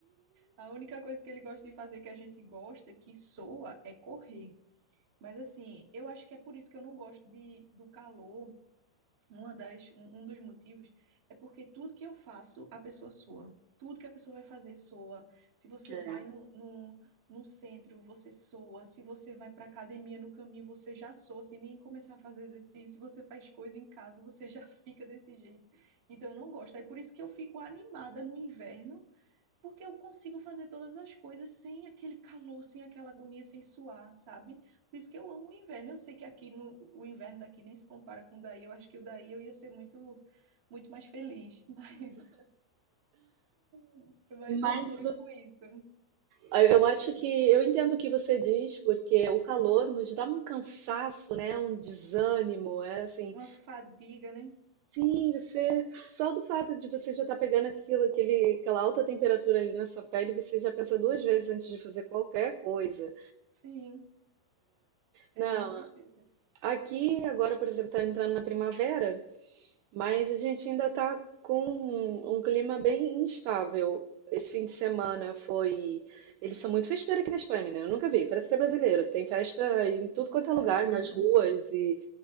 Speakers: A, on the right; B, on the right.
A: A única coisa que ele gosta de fazer que a gente gosta, que soa, é correr. Mas assim, eu acho que é por isso que eu não gosto de, do calor Uma das, um, um dos motivos é porque tudo que eu faço, a pessoa soa. Tudo que a pessoa vai fazer soa. Se você
B: É.
A: vai no, no, no centro, você soa. Se você vai para academia no caminho, você já soa, sem nem começar a fazer exercício. Se você faz coisa em casa, você já <laughs> fica desse jeito. Então, eu não gosto. É por isso que eu fico animada no inverno porque eu consigo fazer todas as coisas sem aquele calor, sem aquela agonia, sem suar, sabe? Por isso que eu amo o inverno. Eu sei que aqui no, o inverno daqui nem se compara com o daí. Eu acho que o daí eu ia ser muito, muito mais feliz, mas, <laughs> mas
B: Mas
A: eu sonho com isso.
B: Ah, Eu acho que eu entendo o que você diz, porque o calor nos dá um cansaço, né? Um desânimo, é assim.
A: Uma fadiga, né?
B: Sim, você só do fato de você já estar pegando aquilo, aquele, aquela alta temperatura ali na sua pele, você já pensa duas vezes antes de fazer qualquer coisa.
A: Sim, é
B: Não,
A: muito difícil.
B: aqui agora, por exemplo, está entrando na primavera. Mas a gente ainda está com um, um clima bem instável. Esse fim de semana foi. Eles são muito festeiros aqui na Espanha, menina. Eu nunca vi. Parece ser brasileiro. Tem festa em tudo quanto
A: Caramba.
B: é lugar, nas ruas e,